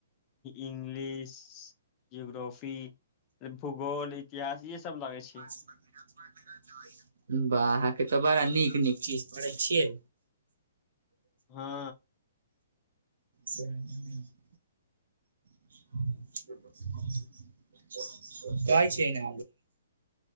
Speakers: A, on the left (about 20°); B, on the right (about 80°).
A: इंग्लिश, जियोग्रोफी, भुगोल। इतिहासँ सभ लगै छै।
B: बढिया छै। बा अहाँके तऽ बड़ा नीक नीक चीज पढ़ै छियै
A: हँ
B: ह <inaudible> <unintelligible> <inaudible> <unintelligible> कहै छीयै ना